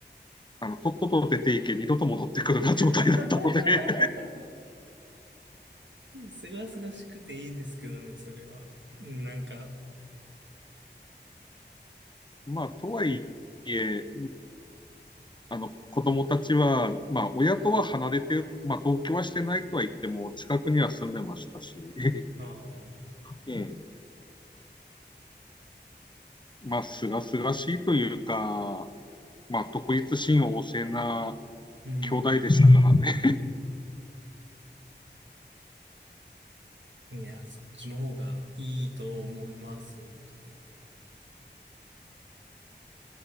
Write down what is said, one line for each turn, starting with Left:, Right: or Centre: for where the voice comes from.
Left: あの、とっとと出ていけ、二度と戻ってくるな状態だったので、
Right: <laughs>
Left: <laughs>
Right: すがすがしくていいですけどね、それは。うんなんか、
Left: まあ、とはいえ、あの子供たちは、まあ、親とは離れてる、まあ、同居はしてないとは言っても、近くには住んでましたし、<laughs>
Right: ああ、
Left: ええ。<laughs> まあ、すがすがしいというか、まあ、独立心旺盛な
Right: うん。
Left: 兄弟でしたからね。
Right: いや、そっちの方がいいと思います、本当に。